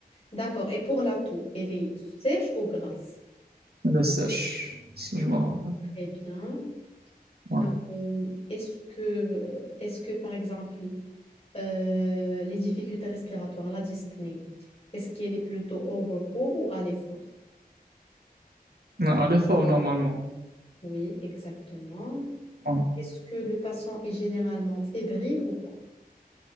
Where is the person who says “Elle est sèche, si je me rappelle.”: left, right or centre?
Right